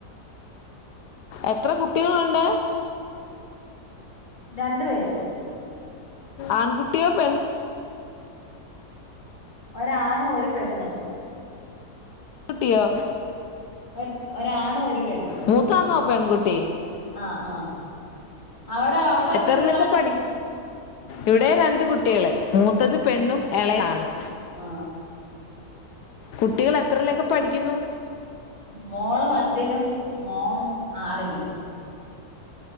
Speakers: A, on the left (about 80°); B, on the left (about 25°).
A: എത്ര കുട്ടികളൊണ്ട്?
B: രണ്ട് പേര്.
A: ആകുട് ട്ടിയോ പെൺ
B: ഒരാണും ഒരു പെണ്ണും.
A: ട്ടിയോ?
B: ഒര് ഒരാണും ഒരു പെണ്ണും
A: മൂത്താന്നോ
B: മ്
A: പെൺകുട്ടി
B: ആ ആ അവടെ അവടെ എത്ര
A: എത്രയിലൊക്കെ
B: പിള്ളാരുണ്ട്?
A: പഠി ഇവിടെ രണ്ട് കുട്ടികള്. മൂത്തത് പെണ്ണും എളെളാണും.
B: ആ
A: കുട്ടികൾ എത്രയലൊക്കെ പഠിക്കുന്നു.
B: മോള് പത്തിലും മോൻ ആറിലും.